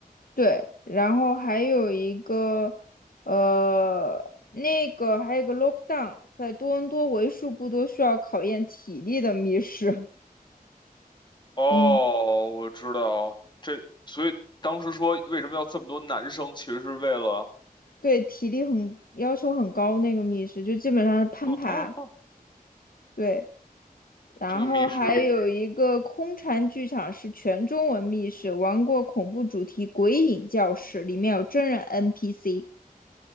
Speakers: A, on the left (about 65°); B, on the left (about 30°).
A: 对，然后还有一个，呃，那个还有个 lockdown，在多伦多为数不多需要考验体力的密室，
B: 哦，
A: 嗯，
B: 我知道，这，所以当时说为什么要这么多男生，其实是为了
A: <laughs> 对，体力很要求很高那个密室，就基本上是攀爬，
B: <laughs>。
A: 对。然后还有一个空蝉剧场是全中文密室，
B: 这个密室的。
A: 玩过恐怖主题《鬼影教室》，里面有真人 NPC，